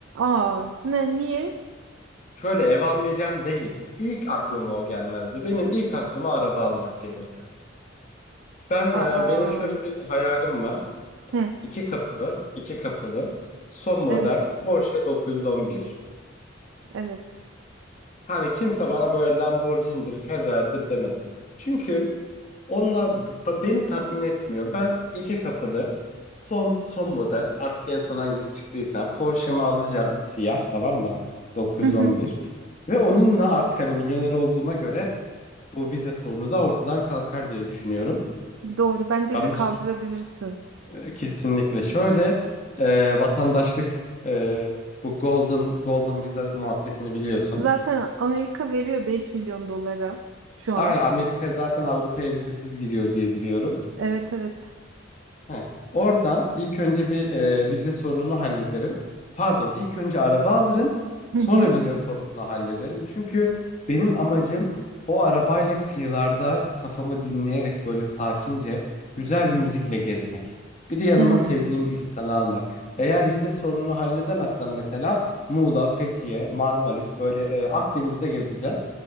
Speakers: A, on the right; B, on the left.
A: Aa, ne niye?
B: Şöyle ev almayacağım değil. İlk aklıma o gelmezdi. Benim ilk aklıma araba almak gelirdi. Ben
A: Aa.
B: e, benim şöyle bir hayalim var.
A: Hı,
B: İki kapılı, iki kapılı, son model
A: evet.
B: Porsche 911.
A: Evet.
B: Hani kimse bana böyle Lamborghini'dir, Ferrari'dir demesin. Çünkü onlar b- b- beni tatmin etmiyor. Ben iki kapılı son son model artık en son hangisi çıktıysa Porsche'mi alacağım siyah tamam mı? 911.
A: Hı hı.
B: Ve onunla artık hani milyoner olduğuma göre bu vize sorunu da ortadan kalkar diye düşünüyorum.
A: Doğru. Bence
B: Yanlış
A: de kaldırabilirsin.
B: mı? Ee, Kesinlikle. Şöyle e, vatandaşlık e, bu golden golden vize muhabbetini biliyorsun.
A: Zaten Amerika veriyor 5 milyon dolara şu an.
B: Aynen Amerika zaten Avrupa'ya vizesiz giriyor diye biliyorum.
A: Evet evet.
B: Heh. Oradan ilk önce bir e, vize sorununu hallederim. Pardon, ilk önce araba alırım,
A: Hı
B: sonra
A: hı.
B: vize sorununu hallederim. Çünkü benim amacım o arabayla kıyılarda kafamı dinleyerek böyle sakince güzel bir müzikle gezmek. Bir de yanıma
A: Hmm.
B: sevdiğim bir insanı almak. Eğer vize sorununu halledemezsem mesela Muğla, Fethiye, Marmaris böyle e, Akdeniz'de gezeceğim.